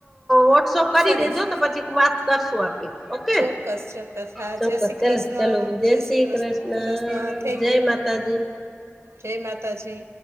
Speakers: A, in the centre; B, on the right.
A: વોટ્સઅપ કરી
B: કરીશ
A: દેજો તો પછી વાત કરશું આપ ઓકે
B: ચોક્કસ ચોક્કસ હા
A: ચોક્કસ
B: જય શ્રી
A: ચલોો
B: કૃષ્ણ
A: ચાલો જય શ્રી
B: કૃષ્ણ
A: કૃષ્ણ
B: થેન્ક
A: જય
B: યુ
A: માતા તાજી
B: જય માતાજી